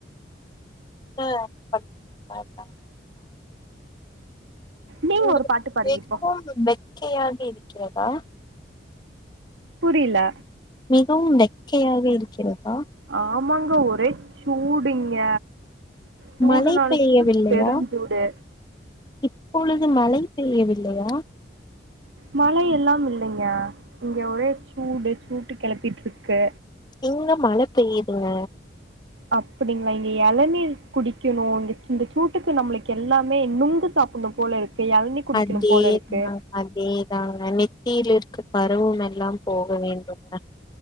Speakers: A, on the left; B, on the right.
A: ரொம்ப <unintelligible>
B: நீங்க
A: உங்களுக்கு
B: ஒரு பாட்டு பாடுங்க
A: மிகவு
B: இப்போ
A: வெக்கையாக இருக்கிறதா
B: புரில
A: மிகவும் வெக்கையாக இருக்கிறதா
B: ஆமாங்க ஒரே சூடு இங்க சூடுனாலு
A: மழை பெய்யவில்லையா
B: சூடு பெருஞ்சூடு
A: இப்பொழுது மழை பெய்யவில்லையா
B: மழை எல்லா இல்லைங்க இங்க ஒரே சூடு சூட்டு கெளப்பிட்டு இருக்கு
A: இங்க மழ பெய்யுதுங்க
B: அப்டிங்களா இங்க எளநீர் குடிக்கணு இங்க இந்த சூட்டுக்கு நம்பளுக்கு எல்லாமே நுங்கு சாப்ட்ணு போல இருக்கு எளநி குடிக்கணு
A: அதேதாங்க
B: போல இருக்கு
A: அதேதாங்க நெத்தியில இருக்க பருவ எல்லாம் போக வேண்டும் ந